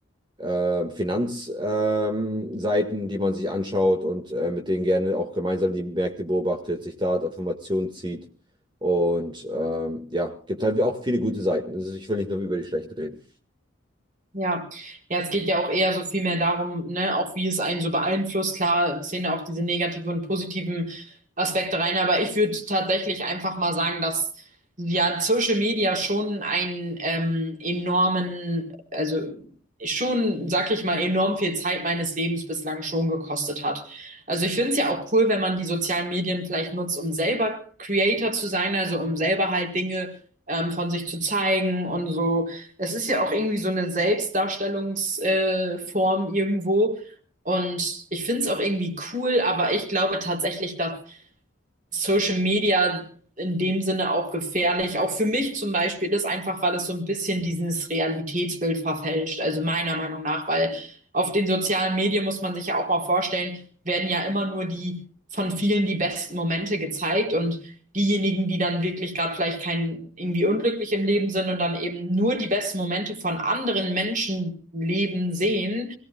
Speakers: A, on the right; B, on the right.
A: äh, Finanzseiten, die man sich anschaut und äh, mit denen gerne auch gemeinsam die Märkte beobachtet, sich da Informationen zieht. Und ähm, ja, gibt halt auch viele gute Seiten. Also ich will nicht nur über die schlechten reden.
B: Ja, ja, es geht ja auch eher so viel mehr darum, ne, auch wie es einen so beeinflusst. Klar zählen da auch diese negativen und positiven Aspekte rein, aber ich würde tatsächlich einfach mal sagen, dass ja Social Media schon einen ähm, enormen, also schon, sag ich mal, enorm viel Zeit meines Lebens bislang schon gekostet hat. Also ich finde es ja auch cool, wenn man die sozialen Medien vielleicht nutzt, um selber Creator zu sein, also um selber halt Dinge ähm, von sich zu zeigen und so es ist ja auch irgendwie so eine Selbstdarstellungsform äh, irgendwo. Und ich finde es auch irgendwie cool, aber ich glaube tatsächlich, dass Social Media in dem Sinne auch gefährlich. Auch für mich zum Beispiel ist einfach, weil es so ein bisschen dieses Realitätsbild verfälscht. Also meiner Meinung nach, weil auf den sozialen Medien muss man sich ja auch mal vorstellen, werden ja immer nur die von vielen die besten Momente gezeigt und diejenigen, die dann wirklich gerade vielleicht kein irgendwie unglücklich im Leben sind und dann eben nur die besten Momente von anderen Menschenleben sehen